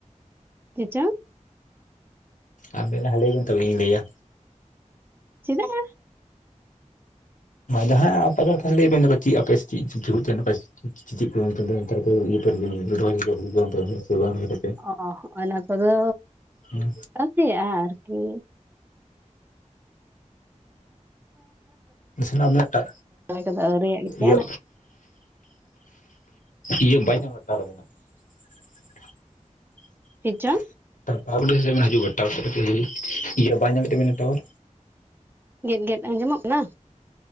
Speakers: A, on the right; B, on the left.
A: ᱪᱮᱫ ᱪᱚᱝ
B: ᱟᱵᱮ ᱞᱟᱦᱟ ᱞᱟᱹᱭ ᱵᱤᱱ ᱛᱚᱵᱮ ᱤᱧ ᱞᱟᱹᱭᱟ
A: ᱪᱮᱫᱟᱜ
B: ᱡᱟᱦᱟᱸᱭ ᱟᱯᱷᱟ ᱞᱟᱹᱭ ᱵᱮᱱ ᱪᱮᱫ ᱟᱯᱮ ᱪᱮᱫ ᱪᱮᱫ ᱡᱷᱩ ᱪᱚᱝ ᱪᱮᱫ ᱪᱮᱫ ᱚᱱᱛᱮ ᱫᱚ ᱚᱱᱛᱮ ᱨᱮᱠᱚ ᱤᱭᱟᱹ ᱠᱚ ᱨᱚᱦᱚᱭ ᱟᱠᱟᱫᱟ ᱦᱩᱲᱩ ᱠᱚ ᱥᱮ ᱚᱱᱛᱮ ᱫᱚ ᱵᱟᱝ
A: ᱚ ᱚᱱᱟ ᱠᱚᱫᱚ
B: ᱦᱮᱸ
A: ᱟᱣᱨᱤᱭᱟᱜ ᱟ ᱟᱨᱠᱤ
B: ᱱᱟᱥᱮᱱᱟᱜ ᱟᱵᱤᱱᱟᱜ ᱴᱟ
A: ᱠᱚᱫᱚ ᱟᱹᱣᱨᱤᱭᱟᱜ ᱜᱮᱭᱟ
B: ᱤᱭᱟᱹ ᱤᱭᱟᱹ ᱵᱟᱭ ᱧᱟᱢ ᱮᱫᱟ ᱴᱟᱣᱟᱨ ᱟᱵᱤᱱᱟᱜ <inaudible>
A: ᱪᱮᱫ ᱪᱚᱝ
B: ᱴᱟᱣᱟᱨ ᱠᱷᱩᱱᱴᱤᱡ ᱥᱮᱫ ᱦᱤᱡᱩᱜ ᱵᱤᱱ ᱤᱭᱟᱹ ᱵᱟᱭ ᱧᱟᱢᱮᱫ ᱛᱟᱵᱮᱱᱟ ᱴᱟᱣᱟᱨ
A: ᱜᱮᱫ ᱜᱮᱫ ᱟᱸᱡᱚᱢᱚᱜ ᱠᱟᱱᱟ